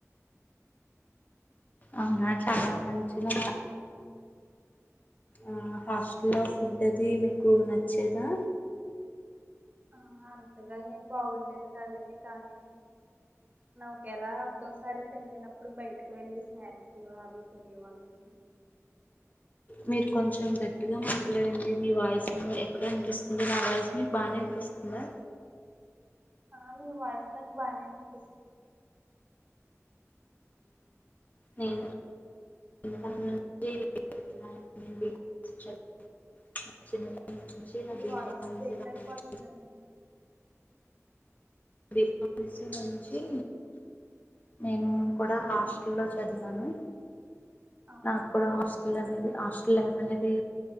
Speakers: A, on the left; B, on the right.
A: అవునా చాలా మంచిగా ఆ హాస్టల్లో ఫుడ్ అది మీకు నచ్చేదా
B: ఆ అంతగా ఏం బాగుండేది కాదండి, కానీ నా ఒకేలా ఒక్కోసారి తినలేనప్పుడు బయటకి వెళ్ళి, స్నాక్స్ అవి తినేవాళ్ళము
A: మీరు కొంచెం గట్టిగా మాట్లాడండి, మీ వాయిస్ ఎక్కడ అనిపిస్తుంది నా వాయిస్ మీకు బాగానే అనిపిస్తుందా
B: ఆ మీ వాయిస్ నాక్ బానే వినిపిస్
A: నేను ఎందుక <unintelligible> <inaudible>
B: మీ
A: బీఫార్మసీ
B: వాయిస్ బ్రేక్
A: కంప్లీట్
B: అయిపోతందండి
A: <unintelligible> మంచి నేను కూడా
B: ఉమ్,
A: హాస్టల్లో చదివాను.
B: అవునండి
A: నాకు కూడా హాస్టల్ అనేది హాస్ లైఫ్ అనేది